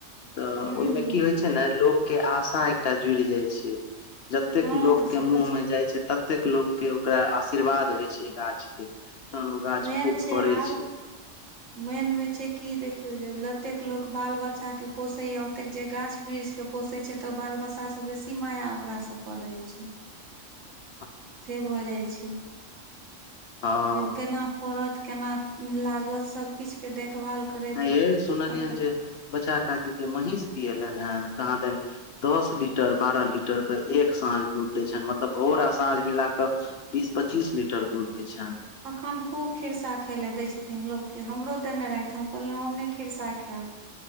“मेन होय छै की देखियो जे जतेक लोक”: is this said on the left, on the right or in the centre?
Right